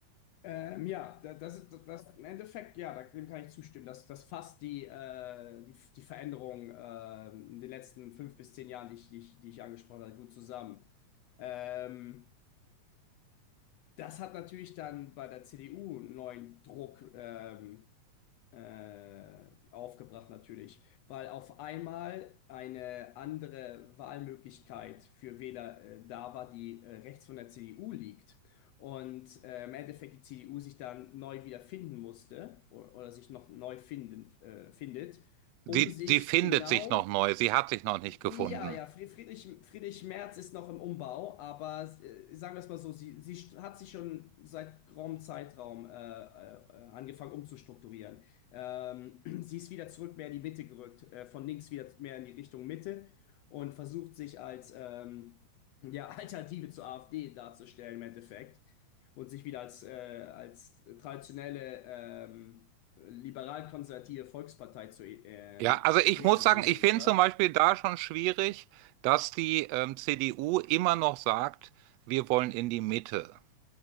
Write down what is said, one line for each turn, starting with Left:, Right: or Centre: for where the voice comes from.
Left: Ähm, ja, da- das ist das das- im Endeffekt, ja, da- dem kann ich zustimmen. Das, das fasst die, äh, die, die Veränderung ähm, in den letzten fünf bis zehn Jahren, die ich, die ich, die ich angesprochen habe, gut zusammen. Ähm, das hat natürlich dann bei der CDU einen neuen Druck. Ähm, äh, aufgebracht natürlich, weil auf einmal eine andere Wahlmöglichkeit für Wähler äh, da war, die äh, rechts von der CDU liegt. Und äh, im Endeffekt die CDU sich dann neu wiederfinden musste oder, oder sich noch neu finden, äh, findet,
Right: Sie,
Left: um sich
Right: sie findet
Left: genau
Right: sich noch neu, sie hat sich noch nicht
Left: ja,
Right: gefunden.
Left: ja, Fried- Friedrich, Friedrich Merz ist noch im Umbau, aber äh, sagen wir es mal so, sie, sie st- hat sich schon seit geraumen Zeitraum äh, äh, äh, angefangen umzustrukturieren. Ähm, <clears throat> sie ist wieder zurück mehr in die Mitte gerückt, äh, von links wieder mehr in die Richtung Mitte und versucht sich als ähm, ja, <laughs> Alternative zur AfD darzustellen im Endeffekt und sich wieder als, äh, als traditionelle ähm, liberal-konservative Volkspartei zu ähm,
Right: Ja, also ich
Left: etablieren,
Right: muss sagen, ich
Left: nicht
Right: finde
Left: wahr?
Right: zum Beispiel da schon schwierig, dass die ähm, CDU immer noch sagt, wir wollen in die Mitte.